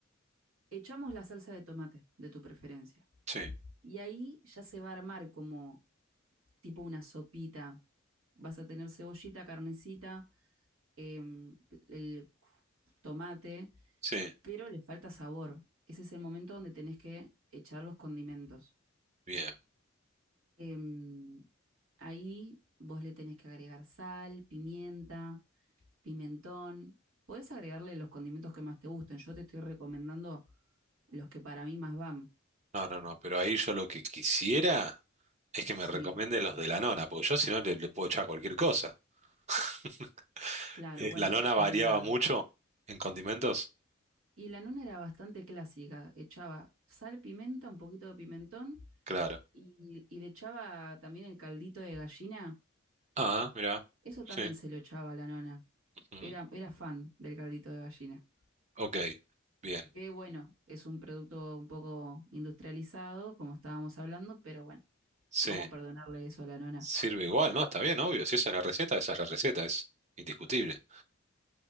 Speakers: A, on the right (about 85°); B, on the right (about 30°).
A: Echamos la salsa de tomate de tu preferencia.
B: Sí,
A: Y ahí ya se va a armar como tipo una sopita. Vas a tener cebollita, carnecita, em, el tomate,
B: sí,
A: pero le falta sabor. Ese es el momento donde tenés que echar los condimentos.
B: bien.
A: Em, ahí vos le tenés que agregar sal, pimienta, pimentón. Podés agregarle los condimentos que más te gusten. Yo te estoy recomendando los que para mí más van.
B: No, no, no, pero ahí yo lo que quisiera es que
A: Sí,
B: me recomiende los de la nona, porque yo si no le, le puedo echar cualquier cosa. <laughs>
A: claro,
B: Eh,
A: bueno,
B: la nona
A: es
B: variaba
A: verdad.
B: mucho en condimentos,
A: Y la nona era bastante clásica. Echaba sal, pimienta, un poquito de pimentón
B: claro.
A: y, y le echaba también el caldito de gallina.
B: Ah, mira,
A: Eso
B: sí.
A: también se lo echaba a la nona.
B: ujú,
A: Era, era fan del caldito de gallina.
B: Ok, bien.
A: Que bueno, es un producto un poco industrializado, como estábamos hablando, pero bueno,
B: Sí,
A: vamos a perdonarle eso a la nona.
B: sirve igual, ¿no? Está bien, obvio. Si esa es la receta, esa es la receta, es indiscutible.